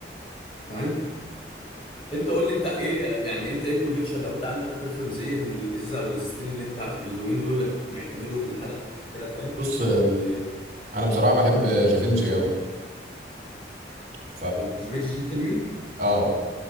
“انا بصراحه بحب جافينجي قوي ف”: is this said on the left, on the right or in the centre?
Right